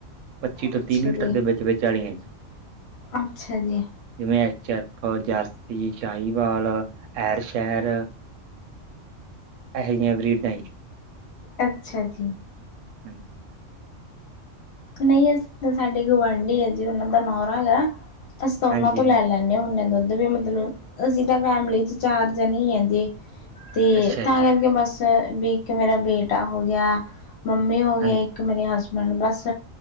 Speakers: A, on the right; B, on the left.
A: ਪੱਚੀ ਤੋਂ
B: ਅੱਛਾ
A: ਤੀਹ ਲੀਟਰ
B: ਜੀ
A: ਦੇ ਵਿੱਚ ਵਿਚਾਲੀਆਂ। <unintelligible>
B: ਅੱਛਾ ਜੀ
A: ਜਿਵੇਂ ਐਚ- ਅੱਕ ਔਰ ਜੱਸ। ਈ ਸ਼ਾਹੀਵਾਲ, ਐਰ ਸ਼ੈਰ ਇਹੋ ਜਿਹੀਆਂ ਵਰੀਡਾਂ ਹੀ।
B: ਅੱਛਾ ਜੀ।
A: ਹੰਜੀ।
B: ਨਹੀਂ ਅਸੀ, ਸਾਡੇ ਗੁਆਂਢੀ ਹੈ ਜੀ ਉਹਨਾਂ ਦਾ ਨੌਰਾ ਹੈਗਾ। ਅਸੀਂ ਉਹਨਾਂ
A: ਹਾਂਜੀ
B: ਤੋਂ
A: ਹਾਂਜੀ
B: ਲੈ ਲੈਂਣੇ ਹੁੰਦੇ ਹਾਂ ਦੁੱਧ। ਵੀ ਮਤਲਬ ਅਸੀਂ ਤਾਂ ਫੈਮਿਲੀ ਚ ਚਾਰ ਜਣੇ ਆ ਜੀ। ਤੇ
A: ਅੱਛਾ
B: ਤਾਂ
A: ਜੀ
B: ਕਰਕੇ ਬਸ, ਵੀ ਇੱਕ ਮੇਰਾ ਬੇਟਾ ਹੋ ਗਿਆ। ਮੰਮੀ ਹੋ ਗਏ,
A: ਹਾਂਜੀ
B: ਇੱਕ ਮੇਰੇ ਹਸਬੈਂਡ, ਬਸ।